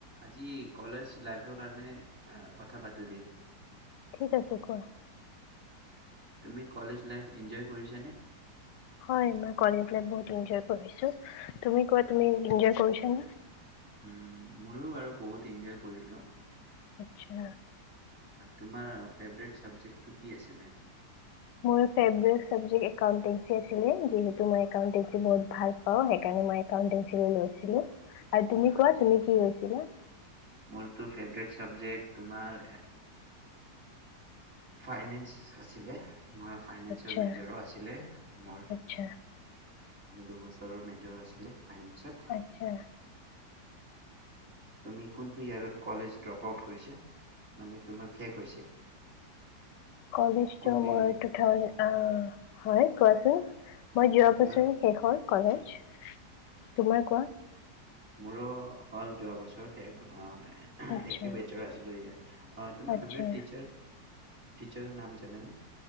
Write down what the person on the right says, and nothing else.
আজি কলেজ লাইফৰ কাৰণে কথা পাতো দিয়া
তুমি কলেজ লাইফ ইনজয় কৰিছা নে?
উম মোৰো বাৰু বহুত এনজয় কৰিলো
তোমাৰ ফেভৰেট চাবজেক্ট টো কি আছিলে?
আহ,
মোৰতো ফেভৰেট চাবজেক্ট তোমাৰ ফাইনেন্স আছিলে মোৰ ফাইনেন্সৰ
মেজৰো আছিলে মোৰ।
দুবছৰৰ মেজৰ আছিলে। ফাইনেঞ্চত
তুমি কোনটো ইয়েৰত কলেজ দ্ৰপ আউট কৰিছা মানে তুমাৰ শেষ হৈছে?
কোনটো
ইয়াৰত?
তোমাৰ
মোৰো হ'ল যোৱা বছৰ শেষ অ
একে বেচৰ আছিলো দিয়া অ তোমাৰ
ফেভৰেট টিচাৰ টিচাৰৰ নাম জানে নে